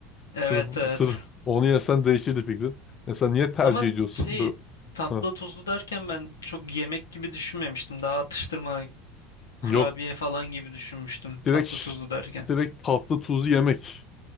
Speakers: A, on the left; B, on the left.
A: Evet
B: Sırf,
A: evet.
B: sırf onu yesen değişirdi fikrin. Mesela niye tercih
A: Ama
B: ediyorsun?
A: şey
B: Bö-
A: tatlı
B: Hı.
A: tuzlu derken ben çok yemek gibi düşünmemiştim. Daha atıştırma kurabiye
B: Yok.
A: falan gibi düşünmüştüm
B: Direkt
A: tatlı tuzlu derken.
B: direkt tatlı tuzlu yemek.